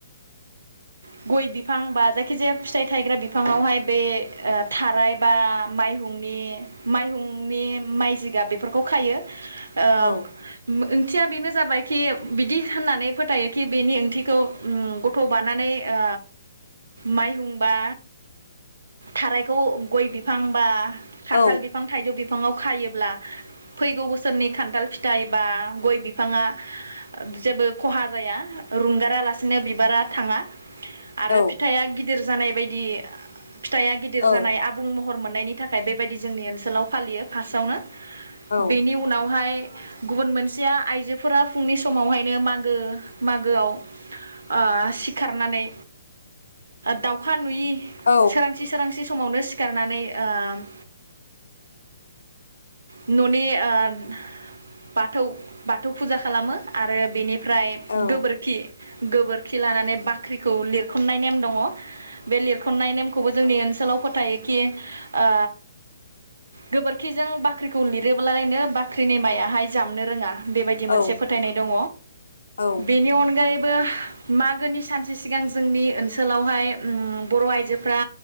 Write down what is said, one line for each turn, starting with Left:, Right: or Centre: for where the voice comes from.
Right: <inaudible> गय बिफां बा जायखि जाया फिथाइ गायग्रा बिफांआवाहाय बे ओ थाराय बा माइहुंनि माइहुंनि माइ जिगाब बेफोरखौ खायो। ओ
Left: औ
Right: मो ओंथिया बेनो जाबायखि बिदि होननानै फोथायोखि बेनि ओंथिखौ ओम गथ' बानानै ओ माइहुं बा थारायखौ गय बि बिफां बा खान्थाल
Left: औ
Right: बिफां थाइजौ बिफां फाङाव खायोब्ला फैगौ बोसोरनि खान्थाल फिथाइ बा गय बिफाङा जेबो खहा जाया रुंगारालासिनो बिबारा थाङा आरो
Left: औ
Right: फिथाइया गिदिर जानाय बायदि फिथाइया गिदिर
Left: औ
Right: जानाय आबुं हर मोननायनि थाखाय बेबायदि जोंनि ओनसोलाव फालियो फार्स्टआवनो।
Left: औ
Right: बेनि उनावहाय गुबुन मोनसेया आइजोफोरा फुंनि समावहायनो मागो मागोआव ओ सिखारनानै दाउखा नुयि
Left: औ
Right: सोरांसि सोरांसि समावनो सि सिखारनानै ओ न'नि ओ बाथौ बाथौ फुजा खालामो आरो बेनि ओमफ्राय
Left: औ
Right: गोबोरखि गोबोरखि लानानै बाख्रिखौ लिरखुमनाय नेम दङ। बे लिरखननाय नेमखौबो जोंनि ओनसो सोलाव फोथायोखि ओ गोबोरखिजों बाख्रि खौ लिरोबोल लायनो बाख्रिनि माइया हाय जामनो रोङा। बेबायदि
Left: औ
Right: मोनसे फोथायनाय दङ।
Left: औ
Right: बेनि अनगायै बो मागोनि सानसे सिगां जोंनि ओनसोलावहाय उम बर' आइजोफ्रा